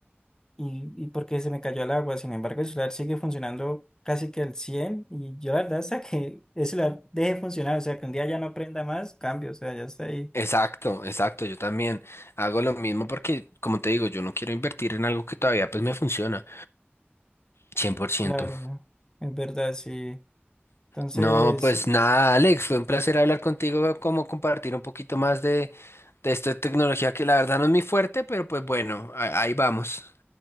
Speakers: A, on the left (about 15°); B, on the left (about 75°).
A: y, y porque se me cayó el agua. Sin embargo, el celular sigue funcionando casi que al 100 y yo la verdad hasta que el celular deje de funcionar, o sea, que un día ya no prenda más, cambio, o sea, ya está ahí.
B: Exacto, exacto, yo también hago lo mismo porque, como te digo, yo no quiero invertir en algo que todavía pues me funciona, 100%.
A: Claro, ¿no? Es verdad, sí. Entonces,
B: No, pues nada, Alex, fue un placer hablar contigo, eh, como compartir un poquito más de, de esta tecnología que la verdad no es mi fuerte, pero pues bueno, a- ahí vamos.